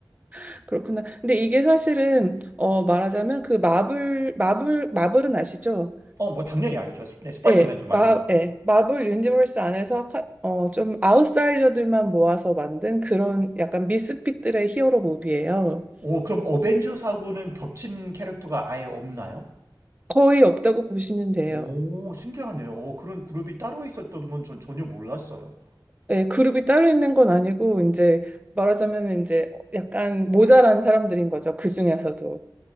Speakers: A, on the right; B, on the right.
A: <laughs> 그렇구나. 근데 이게 사실은 어, 말하자면 그 마블, 마블, 마블은 아시죠?
B: 어, 뭐 당연히 알죠. 스- 네, 스파이더맨도
A: 예,
B: 만들었고.
A: 마, 예, 마블 유니버스 안에서 카- 어, 좀 아웃사이저들만 모아서 만든 그런 약간 미스핏들의 히어로 무비예요.
B: 오, 그럼 어벤져스하고는 겹치는 캐릭터가 아예 없나요?
A: 거의 없다고 보시면 돼요.
B: 오, 신기하네요. 오, 그런 그룹이 따로 있었던 건 전 전혀 몰랐어요.
A: 예, 그룹이 따로 있는 건 아니고 이제 말하자면 이제 약간 모자란 사람들인 거죠. 그 중에서도.